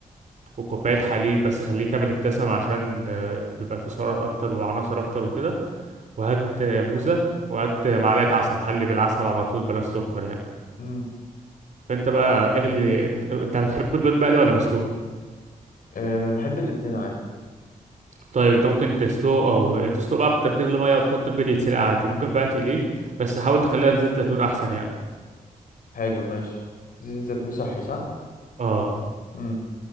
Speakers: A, on the right; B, on the left.
A: وكوباية حليب بس خليه كامل الدسم عشان آه، بيبقى فيه سعرات اكتر وعناصر اكتر وكده وهات آه، موزة وهات آه، معلقة عسل حلي بالعسل على طول بلا سكر يعني
B: امم
A: فانت بقى اغلي انت بتحب البيض مقلي ولا مسلوق
B: أه بحب الاتنين عادي
A: طيب انت ممكن تسلقه او تسلقه بقى بت- بتغلي ميه وتحط البيض يتسلق عادي ممكن بقى تقليه بس حاول تخليها بزيت زيتون احسن يعني
B: حلو ماشي زيت الزيتون صحي صح
A: اه
B: امم